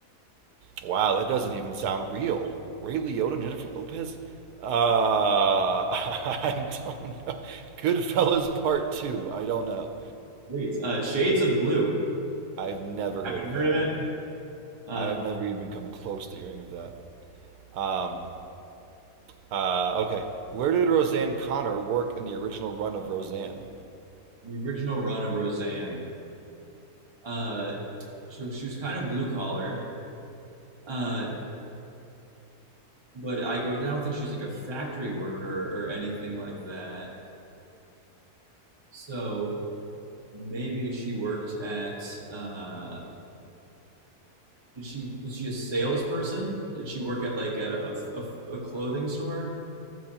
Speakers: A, on the right (about 80°); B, on the right (about 20°).
A: Wow, that doesn't even sound real. Ray Liotta and Jennifer Lopez? Uh <laughs> I don't know. Goodfellas Part Two. I don't know.
B: Please. Uh, Shades of Blue.
A: I've never
B: Haven't
A: heard of
B: heard
A: that.
B: of it. Uh,
A: I have never even come close to hearing of that. Um, Uh, okay. Where did Roseanne Connor work in the original run of Roseanne?
B: the original run of Roseanne. Uh, so she was kind of blue collar. Uh, but I go, I don't think she's like a factory worker or anything like that. So maybe she worked at uh, Did she was she a salesperson? Did she work at like a a, a clothing store?